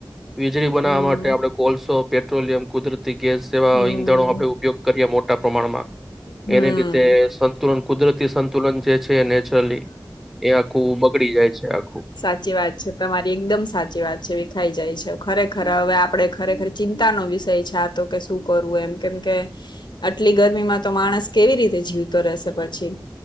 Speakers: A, in the centre; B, on the left.
A: વીજળી બનાવવા
B: હમ
A: માટે આપડે કોલસો પેટ્રોલિયમ કુદરતી ગેસ જેવા
B: હમ
A: ઈંધણો આપણે ઉપયોગ કરીએ મોટા પ્રમાણમાં,
B: હમ
A: એને લીધે સંતુલન કુદરતી સંતુલન જે છેને લી એ આખું બગડી જાય છે અ
B: સાચી વાત છે તમારી એકદમ સાચી વાત છે વિખાઈ જાય છે ખરે ખર. હવે આપડે ખરેખર ચિંતાનો વિષય છે આ તો કે શું કરવું એમ કેમ કે આટલી ગરમીમાં તો માણસ કેવી રીતે જીવતો રહેશે પછી.